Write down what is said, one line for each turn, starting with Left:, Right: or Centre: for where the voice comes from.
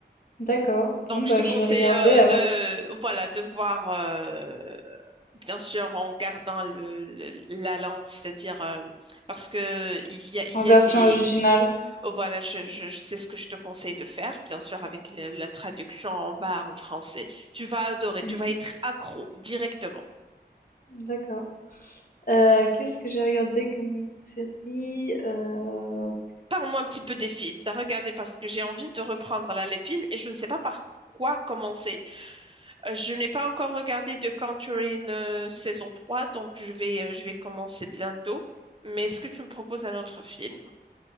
Left: D'accord. Bon
Right: Donc,
Left: bah,
Right: je te conseille
Left: je vais regarder
Right: euh,
Left: alors,
Right: de, voilà, de voir. euh, Bien sûr, en gardant le, le- la langue, c'est-à-dire euh, parce que il y a, il
Left: en
Right: y
Left: version
Right: a des,
Left: originale.
Right: des- oh, voilà, je, je, je sais ce que je te conseille de faire, bien sûr, avec la la traduction en bas en français. Tu vas adorer,
Left: Mmh
Right: tu vas être accro directement.
Left: D'accord. Heu, qu'est-ce que j'ai regardé comme autre série? Heu,
Right: Parle-moi un petit peu des films. T'as regardé parce que j'ai envie de reprendre là les films et je ne sais pas par quoi commencer. Euh, je n'ai pas encore regardé The Conjuring euh, saison 3, donc je vais, euh, je vais commencer bientôt. Mais est-ce que tu me proposes un autre film?